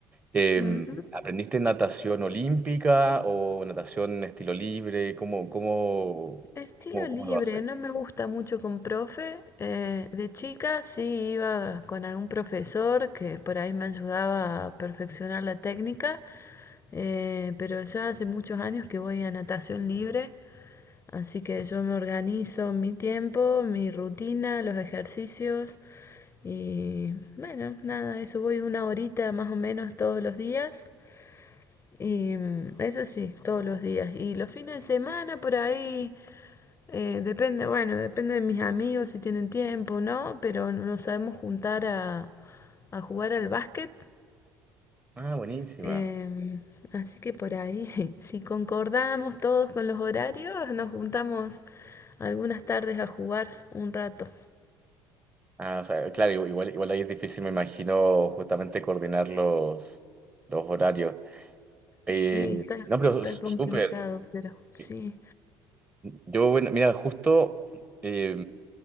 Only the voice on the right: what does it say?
Eh,
¿aprendiste natación olímpica o natación estilo libre? ¿Cómo, cómo,
cómo,
cómo lo haces?
Ah, buenísima.
Ah, o sea, claro, igual, igual ahí es difícil, me imagino, justamente coordinar los, los horarios. Eh,
no, pero
s-
súper.
<clears throat> Yo, bueno, mira, justo, eh,